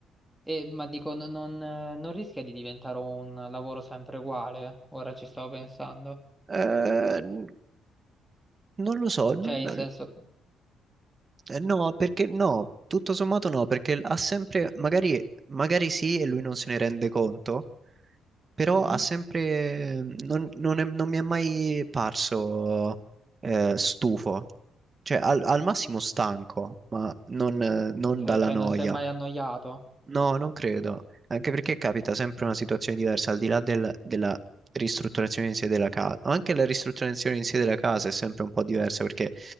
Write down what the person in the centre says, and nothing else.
E, ma dico, non non- non rischia di diventare un lavoro sempre uguale? Ora ci stavo pensando.
Cioè, in senso...
Mhm.
Mm.
Ok,
cioè
non si è mai annoiato.